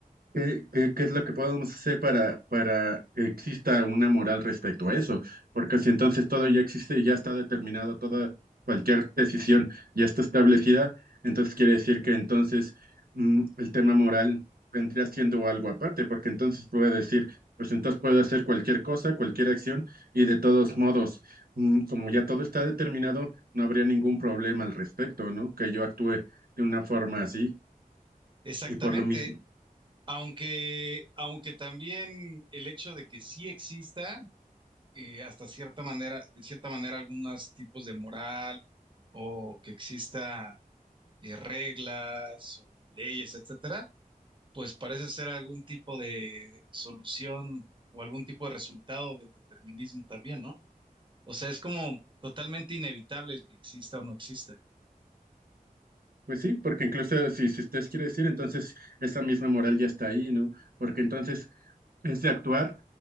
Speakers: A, on the right; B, on the right.
A: ¿Qué, qué- qué es lo que podemos hacer para, para que exista una moral respecto a eso? Porque si entonces todo ya existe y ya está determinado, toda cualquier decisión ya está establecida, entonces quiere decir que entonces mm, el tema moral vendría siendo algo aparte, porque entonces puede decir, pues entonces puedo hacer cualquier cosa, cualquier acción, y de todos modos, mm, como ya todo está determinado, no habría ningún problema al respecto, ¿no? Que yo actúe de una forma así.
B: Exactamente.
A: Y por lo mismo.
B: Aunque, aunque también el hecho de que sí exista, eh, hasta cierta manera, de cierta manera, algunos tipos de moral o que exista eh, reglas o leyes, etcétera, pues parece ser algún tipo de solución o algún tipo de resultado del determinismo también, ¿no? O sea, es como totalmente inevitable el que exista o no exista.
A: Pues sí, porque incluso si, si usted quiere decir, entonces esa misma moral ya está ahí, ¿no? Porque entonces es de actuar,